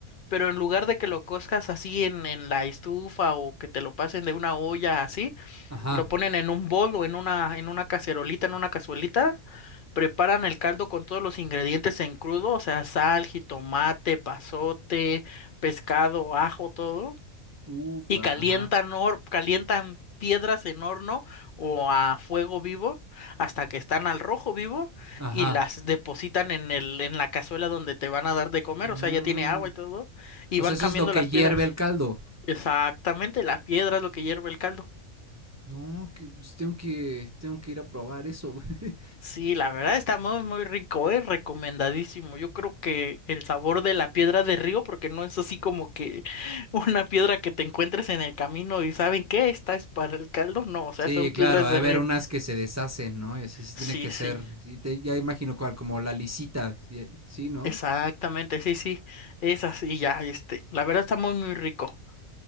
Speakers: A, on the left (about 55°); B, on the right (about 25°).
A: pero en lugar de que lo cozcas así en, en la estufa o que te lo pasen de una olla así.
B: Ajá.
A: Lo ponen en un bol o en una, en una cacerolita, en una cazuelita. Preparan el caldo con todos los ingredientes en crudo, o sea, sal, jitomate, pasote, pescado, ajo, todo.
B: Ufa,
A: Y calientan,
B: ajá.
A: hor- calientan piedras en horno o a fuego vivo hasta que están al rojo vivo
B: Ajá.
A: y las depositan en el, en la cazuela donde te van a dar de comer,
B: Ah.
A: o sea, ya tiene agua y todo. Y
B: O
A: van
B: sea, eso
A: cambiando
B: es lo que
A: las
B: hierve
A: piedras.
B: el caldo.
A: Exactamente, la piedra es lo que hierve el caldo.
B: No, que, pues, tengo que, tengo que ir a probar eso, güey. <laughs>
A: Sí, la verdad está muy, muy rico, es recomendadísimo. Yo creo que el sabor de la piedra de río, porque no es así como que <laughs> una piedra que te encuentres en el camino y ¿saben qué? Esta es para el caldo. No, o sea,
B: Sí,
A: son piedras
B: claro, ha
A: de
B: de haber
A: río.
B: unas que se deshacen, ¿no? Y así sí
A: Sí,
B: tiene que
A: sí,
B: ser. Sí, te- ya imagino cuál, como la lisita. Sí, sí, ¿no?
A: exactamente, sí, sí, esas y ya, este, la verdad está muy, muy rico.